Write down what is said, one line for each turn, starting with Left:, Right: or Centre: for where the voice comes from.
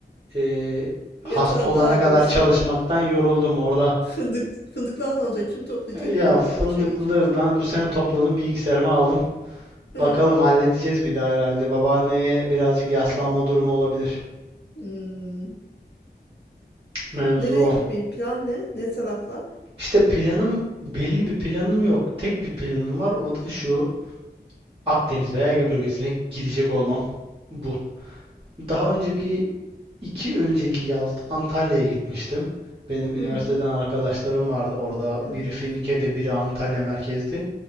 Right: e,
Left: <laughs>
Right: hasta
Left: Yeter
Right: olana
Left: daha
Right: kadar
Left: diyorsun.
Right: çalışmaktan yoruldum orada.
Left: Fındık fındıklar ne olacak? Kim toplayacak
Right: Ya
Left: fındığı?
Right: fındıklı
Left: Çayı kim?
Right: ben bu sene topladım bilgisayarıma aldım.
Left: Hı.
Right: Bakalım halledeceğiz bir daha herhalde. Babaanneye birazcık yaslanma durumu olabilir.
Left: Hmm.
Right: Mevzu
Left: Nereye
Right: o.
Left: gitmeyi plan ne? Ne taraflar?
Right: İşte planım belli bir planım yok. Tek bir planım var o da şu Akdeniz veya Ege bölgesine gidecek olmam. Bu. Daha önceki iki önceki yazda Antalya'ya gitmiştim. Benim
Left: Hı
Right: üniversiteden
Left: hı.
Right: arkadaşlarım vardı orada.
Left: Hı
Right: Biri
Left: hı.
Right: Finike'de, biri Antalya merkezde.